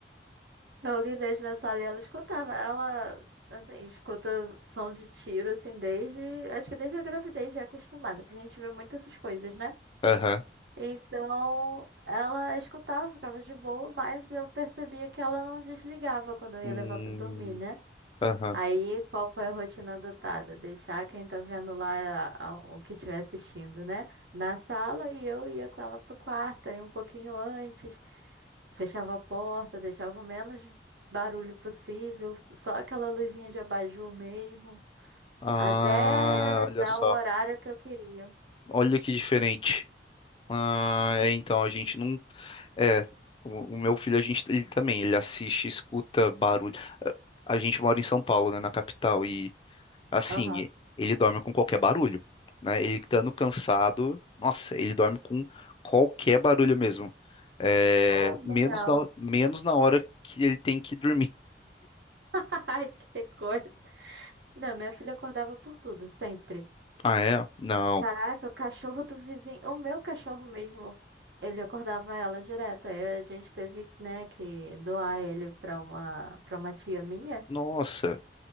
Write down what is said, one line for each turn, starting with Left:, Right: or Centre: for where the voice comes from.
Right: The Walking Dead na sala e ela escutava. Ela, assim, escuta som de tiro, assim, desde. Acho que desde a gravidez já é acostumada, porque a gente vê muito essas coisas, né?
Left: Aham.
Right: Então, ela escutava, ficava de boa, mas eu percebia que ela não desligava quando eu
Left: Hum,
Right: ia levar pra dormir, né?
Left: Aham.
Right: Aí, qual foi a rotina adotada? Deixar quem tá vendo lá a- a- o que estiver assistindo, né? Na sala e eu ia com ela pro quarto, aí um pouquinho antes, fechava a porta, deixava o menos barulho possível, só aquela luzinha de abajur mesmo,
Left: Ah,
Right: até
Left: olha
Right: dar
Left: só.
Right: o horário que eu queria.
Left: Olha que diferente. Ah, é, então, a gente não. É, o, o meu filho, a gente, ele também, ele assiste, escuta barulho. A a gente mora em São Paulo, né, na capital, e assim,
Right: Aham.
Left: ele dorme com qualquer barulho, né? Ele estando cansado, nossa, ele dorme com qualquer barulho mesmo. É,
Right: Oh, legal.
Left: menos na, menos na hora que ele tem que dormir.
Right: <laughs> Ai, que coisa. Não, minha filha acordava por tudo, sempre.
Left: Ah, é? Não.
Right: Caraca, o cachorro do vizinho, o meu cachorro mesmo, ele acordava ela direto. Aí a gente teve, né, que doar ele pra uma, pra uma tia minha,
Left: Nossa.